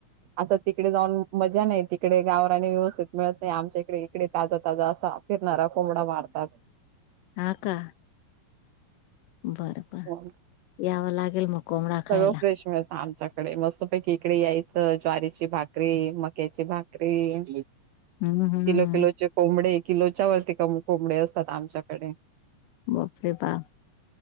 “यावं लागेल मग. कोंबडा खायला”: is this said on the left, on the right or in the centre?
Left